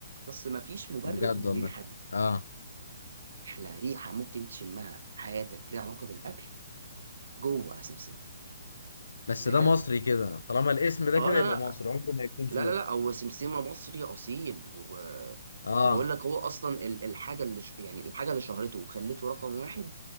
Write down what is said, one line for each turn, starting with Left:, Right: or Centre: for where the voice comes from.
Right: بس مفيش مبرر
Left: بجد
Right: للريحه
Left: والله
Right: دي
Left: اه
Right: احلى ريحه ممكن تشمها في حياتك ليها علاقه بالاكل جوه سمسم
Left: بس
Right: بجد
Left: ده مصري كده طالما الاسم ده
Right: اه
Left: كده
Right: لا
Left: يبقى
Right: لا
Left: مصري عمره ما يكون
Right: لا
Left: سوري
Right: لا لا هو سمسمة مصري أصيل و...
Left: اه
Right: وبقول لك هو أصلا ال- الحاجة اللي ش... يعني الحاجة اللي شهرته وخلته رقم واحد